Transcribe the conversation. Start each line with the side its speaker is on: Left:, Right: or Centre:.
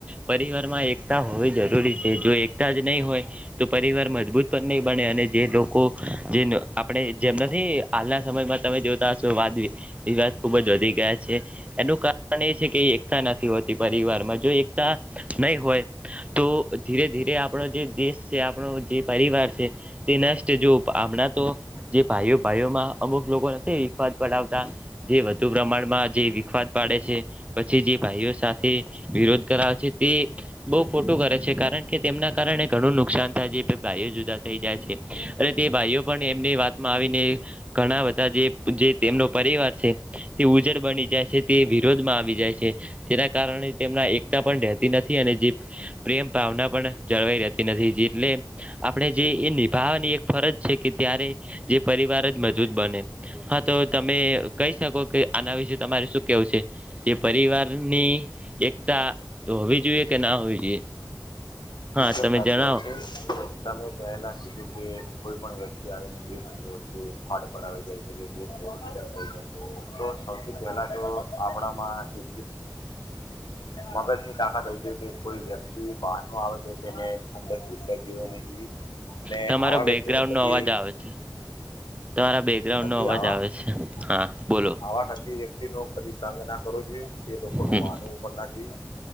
Right: પરિવાર માં એક એકતા હોવી જરૂરી છે. જો એકતા જ નહીં હોય, તો પરિવાર મજબૂત પણ નહીં બને. અને જે લોકો જે આપણે જેમ નથી. હાલના સમયમાં, તમે જોતા હશો, વાદી એ ખુબ જ વધી ગયા છે. એનું કારણ એ છે કે, એકતા નથી હોતી પરિવારમાં. જો એકતા નહીં હોય, તો ધીરે ધીરે આપણો જે દેશ છે, આપણો જે પરિવાર છે, તે નષ્ટ. જો હમણાં તો જે ભાઈઓ, ભાઈઓમાં અમુક લોકો નથી, વિવાદ. પડાવતા જે વધુ પ્રમાણમાં જે વિખવાદ પાડે છે. પછી, જે ભાઈઓ સાથે વિરોધ કરાવે છે, તે બહુ ખોટું કરે છે, કારણ કે તેમના કારણે ઘણું નુકસાન થાય છે. બે ભાઈઓ જુદા થઈ જાય છે, અને તે ભાઈઓ પણ એમની વાતમાં આવીને ઘણા બધા જે જે તેમનો પરિવાર છે. તે ઉજ્જડ બની જાય છે. તે વિરોધ માં આવી જાય છે. તેના કારણે, તેમના એકતા પણ રહેતી નથી. જે પ્રેમ ભાવના પણ જળવાઈ રહેતી નથી. જેટલે આપણે જે એ નિભાવ એક ફરજ છે કે, ત્યારે જે પરિવાર જ મજબૂત બને. હા, તો હવે તમે કહી શકો કે આના વિશે તમારે શું કેવું છે તે પરિવારની એકતા તો હોવી જોઈએ કે ના હોવી જોઈએ? હા
Left: એકદમ
Right: તમે
Left: સાચી
Right: જણાવો
Left: વાત છે. તમે પહેલા કીધું કે કોઈ પણ વ્યક્તિ આવીને બે ભાઈઓ વચ્ચે ફાડ પડવા જાય છે, કે બેવ અલગ થઈ જાય. તો સૌથી પહેલા તો આપણામાં એ મગજ ની તાકાત હોય છે. તે કોઈ વ્યક્તિ બહાર ન આવે. તો તેને અંદર સુશવાદ જેવો નહીં જોઈએ. અને
Right: તમારો
Left: આવા વ્યક્તિ
Right: બેકગ્રાઉન્ડ
Left: નું કદી
Right: નો અવાજ આવે છે તમારા બેકગ્રાઉન્ડ
Left: કદી
Right: નો અવાજ
Left: આવા-આવા
Right: આવે છે હા બોલો
Left: કદી વ્યક્તિ નો કદી સંગ ના કરવો જોઈએ. તે લોકોનું
Right: હમ
Left: માનવું પણ ના જોઇએ.